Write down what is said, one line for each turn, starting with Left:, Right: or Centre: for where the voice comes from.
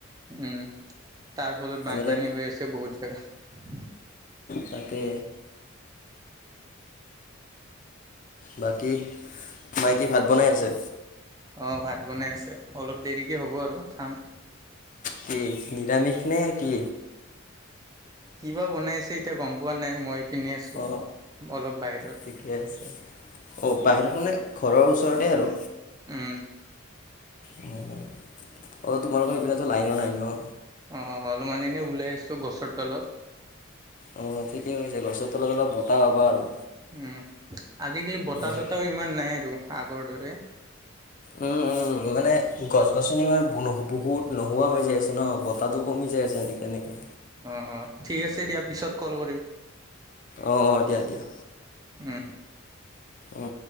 Right: উম তাৰ ফলত বানপানী
Left: এনেকৈ
Right: হৈ আছে বহুত জেগাত।
Left: তাকে বাকী মাই কি ভাত বনাই আছে?
Right: অ ভাত বনাই আছে। অলপ দেৰিকে হ'ব আৰু খাম।
Left: কি নিৰামিষ নে কি
Right: কিবা বনাই আছে এতিয়া গম পোৱা নাই মই পিনে আছোঁ
Left: অ
Right: অলপ বাহিৰত
Left: ঠিকে আছে অ বাহিৰত মানে ঘৰৰ ওচৰতে আৰু
Right: উম
Left: উ অ তোমালোকৰ হিপিনেতো লাইন নাই ন।
Right: অ অলপমান এনেই ওলাই আইছো গছৰ তলত।
Left: অ ঠিকেই গৈছে গছৰ তলত অলপ বতাহ পাবা আৰু।
Right: উম আজিকালি বতাহ
Left: আৰু
Right: চতাহও ইমান নাই আৰু আগৰ দৰে।
Left: উম উম। মানে গছ গছনি মানে বহুত নোহোৱা হৈ যায় আছে ন বতাহটো কমি যায় আছে এনেকে এনেকে
Right: অ অ ঠিক আছে দিয়া পিছত কল কৰিম।
Left: অ অ দিয়া দিয়া।
Right: উম
Left: অ